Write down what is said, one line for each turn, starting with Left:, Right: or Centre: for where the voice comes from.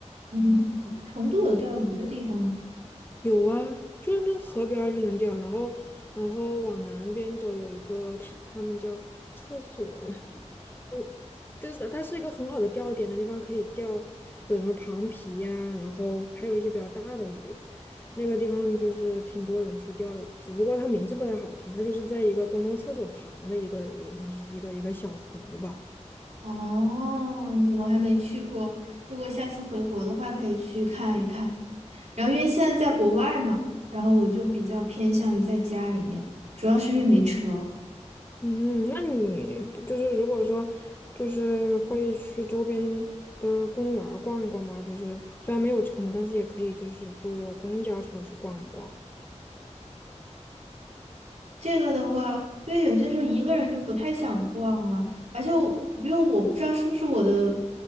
Right: 嗯，成都有钓鱼的地方吗？
Left: 有啊，就是那河边儿就能钓，然后然后往南边走有一个，<laughs> 他们叫厕所呀，<laughs> 我就是它是一个很好的钓点的地方，可以钓有什么螃皮呀、然后还有一些比较大的鱼，那个地方就是挺多人去钓的，只不过它名字不太好听，它就是在一个公共厕所旁的一个一一个一个小湖吧。
Right: 哦，我还没去过。如果下次回国的话，可以去看一看。然后因为现在在国外嘛，然后我就比较偏向于在家里面，主要是因为没车。
Left: 嗯，那你不就是如果说就是会去周边的公园儿逛一逛吗？就是虽然没有车嘛，但是也可以就是坐公交车去逛一逛。
Right: 这个的话，因为有些时候一个人就不太想逛了，而且我因为我不知道是不是我的，